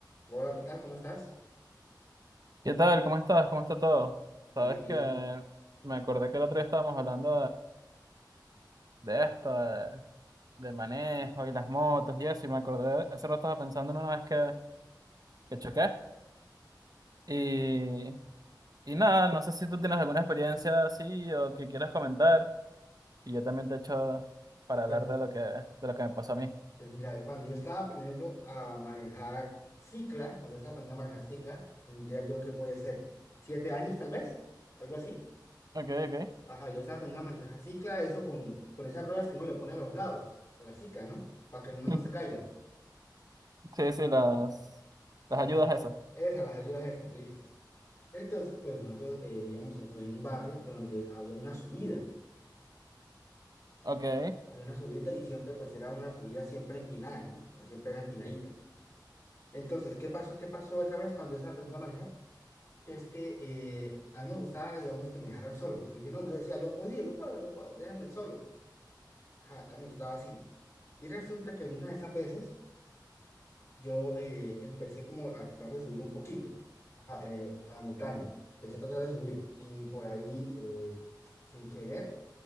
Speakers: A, on the left; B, on the right.
A: Hola, ¿qué tal? ¿Cómo estás?
B: ¿Qué tal? ¿Cómo estás? ¿Cómo está todo?
A: Bien,
B: Sabes
A: bien.
B: que me acordé que el otro día estábamos hablando de, de esto, de, de manejo y las motos y eso, y me acordé, hace rato estaba pensando en una vez que, que choqué. Y, y nada, no sé si tú tienes alguna experiencia así o que quieras comentar, y yo también te echo para hablar
A: Bueno,
B: de lo que, de lo que me pasó a mí.
A: pues mira, cuando yo estaba aprendiendo a manejar cicla, cuando estaba aprendiendo a manejar cicla, tendría yo que puede ser siete años tal vez, algo así.
B: Ok, ok.
A: Ajá, yo estaba aprendiendo a manejar cicla, eso con, con esas ruedas que uno le pone a los lados, a la cicla, ¿no? Para que uno no
B: <laughs>
A: se caiga.
B: Sí, sí, las,
A: Entonces,
B: las ayudas esas.
A: Esas, las ayudas esas, listo. Entonces, pues nosotros eh, vivíamos en, en un barrio donde había una subida,
B: Ok,
A: había una subida y siempre, pues era una subida siempre empinada, ¿no? O sea, siempre era empinadita. Entonces, ¿qué pasó? ¿Qué pasó esa vez cuando yo estaba aprendiendo a manejar? Que es que eh, a mí me gustaba, digamos, que me dejaran solo, porque si no, yo decía, yo podía, yo puedo, yo puedo, déjame solo. Ajá, a mí me gustaba así. Y resulta que una de esas veces yo eh, empecé como a tratar de subir un poquito ajá, eh, a la montaña. Empecé a tratar de subir. Y por ahí, eh, sin querer,